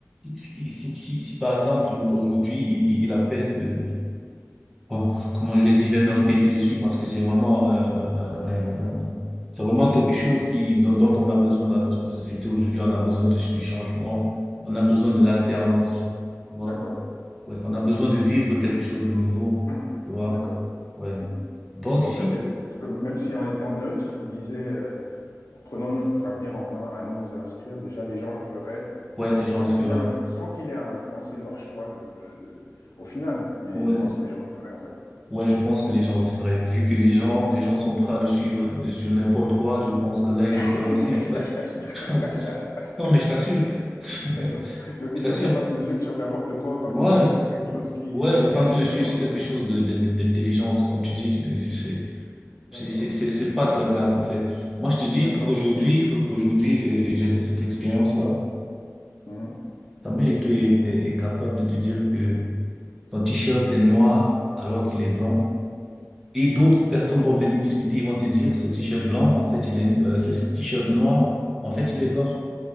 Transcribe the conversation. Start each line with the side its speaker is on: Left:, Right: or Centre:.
Centre: si, si, si, si si par exemple aujourd'hui il, il il appelle, euh, bon, comment je vais dire, je vais me répéter dessus parce que c'est vraiment, euh, un- un- un- un- c'est vraiment quelque chose qui dont, dont on a besoin dans notre société aujourd'hui. On a besoin de- du changement, on a besoin
Left: d'accord,
Centre: de l'alternance, tu vois.
Left: d'accord,
Centre: Ouais, on
Left: d'accord,
Centre: a besoin de vivre quelque chose de nouveau,
Left: <clears throat>
Centre: tu vois.
Left: d'accord.
Centre: Ouais.
Left: Mhm.
Centre: Donc
Left: Donc
Centre: si,
Left: ça veut dire que même si en étant neutre, il disait, euh, prenons notre avenir en main, allons nous inscrire. Déjà, les gens le feraient
Centre: ouais, les
Left: sans
Centre: gens le feraient.
Left: qu'il ait, inf- sans qu'il ait à influencer leur choix de, de- au final. Mais
Centre: Ouais,
Left: tu penses que les gens le feraient en fait?
Centre: ouais, je pense que les gens le feraient. Vu que les gens, les gens sont prêts à le suivre euh, sur n'importe quoi, je pense que là, ils le
Left: <laughs>
Centre: feraient aussi. Ouais. <laughs> Non, mais je t'assure. <laughs> Je
Left: D'accord. Donc ils
Centre: t'assure.
Left: sont capables de suivre sur n'importe quoi autant
Centre: Ouais.
Left: qu'ils le suivent sur quelque chose qui,
Centre: Ouais, autant
Left: qui est intelligent,
Centre: qu'ils le suivent, c'est
Left: quoi.
Centre: quelque chose de- d'in- d'intelligence, comme tu dis. euh, je sais.
Left: D'accord,
Centre: C'est, c'est, c'est, c'est pas de la blague, en fait. Moi, je te dis,
Left: d'accord.
Centre: aujourd'hui, euh, aujourd'hui, euh, j'ai fait cette expérience-là.
Left: Mhm.
Centre: Samuel Eto'o est, est- est capable de te dire que ton t-shirt est noir alors qu'il est blanc. Et d'autres personnes vont venir discuter, ils vont te dire, ce t-shirt blanc, en fait, il est, euh, ce t-shirt noir, en fait, il est blanc.